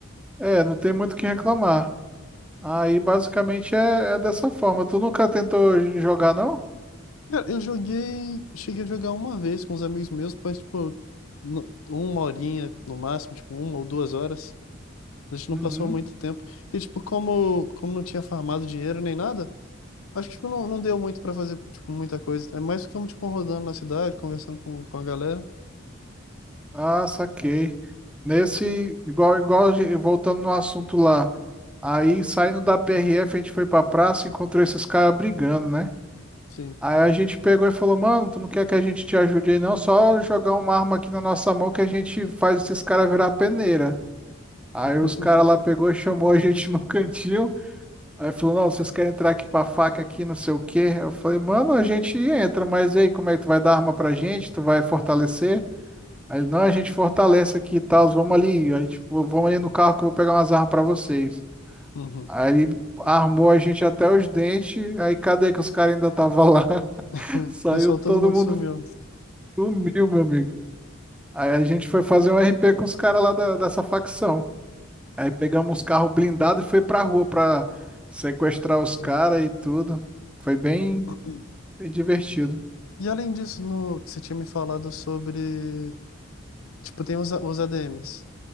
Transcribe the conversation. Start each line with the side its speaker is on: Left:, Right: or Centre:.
Centre: É, não tem muito o que reclamar. Aí, basicamente, é, é dessa forma. Tu nunca tentou jogar, não?
Left: Cara, eu joguei... Cheguei a jogar uma vez com os amigos meus, mas, tipo, no- uma horinha no máximo, tipo, uma ou duas horas. A gente não
Centre: Uhum.
Left: passou muito tempo. E, tipo, como, como não tinha farmado dinheiro nem nada, acho que, tipo, não, não deu muito pra fazer, tipo, muita coisa. É mais ficamos, tipo, rodando na cidade, conversando com, com a galera.
Centre: Ah, saquei. Nesse, igual, igual, a gen- voltando no assunto lá. Aí, saindo da PRF, a gente foi pra praça e encontrou esses caras brigando, né?
Left: Sim.
Centre: Aí a gente pegou e falou, mano, tu não quer que a gente te ajude aí não? Só jogar uma arma aqui na nossa mão que a gente faz esses caras virar peneira. Aí
Left: <laughs>
Centre: os caras lá pegou e chamou a gente no cantinho. Aí falou, não, vocês querem entrar aqui pra faca aqui, não sei o quê. Eu falei, mano, a gente entra, mas e aí, como é que tu vai dar arma pra gente? Tu vai fortalecer? Aí ele, não, a gente fortalece aqui e tal, vamos ali, a gente, vamos ali no carro que eu vou pegar umas armas pra vocês.
Left: Uhum.
Centre: Aí ele armou a gente até os dentes, aí cadê que os caras ainda estavam lá? <laughs>
Left: <laughs>
Centre: Saiu
Left: O pessoal,
Centre: todo
Left: todo mundo
Centre: mundo
Left: sumiu.
Centre: Sumiu, meu amigo. Aí a gente foi fazer um RP com os caras lá da- dessa facção. Aí pegamos os carros blindados e foi pra rua pra sequestrar os caras
Left: Uhum.
Centre: e tudo. Foi bem,
Left: E...
Centre: bem divertido.
Left: E além disso, no que você tinha me falado sobre, tipo, tem os, os ADMs.